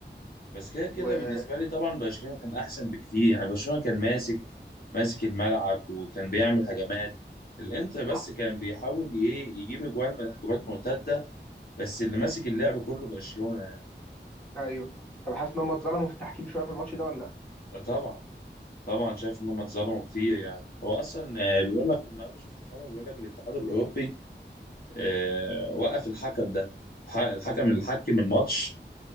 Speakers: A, on the left; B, in the centre.
A: بس كده كده
B: و
A: بالنسبة لي طبعا برشلونة كان احسن بكتير يعني برشلونة كان ماسك ماسك الملعب وكان بيعمل هجمات الانتر بس
B: حق.
A: كان بيحاول ايه يجيب اجوان من هجمات مرتدة بس اللي ماسك اللعب كله برشلونة يعني
B: ايوه طب حاسس ان هم اتظلموا في التحكيم شويه في الماتش ده ولا لأ؟
A: طبعا طبعا شايف ان هم اتظلموا كتير يعني هو اصلا آه، بيقول لك النهارده شفت خبر بيقول لك الاتحاد الاوروبي آه، وقف الحكم ده الح- الحكم اللي حكم الماتش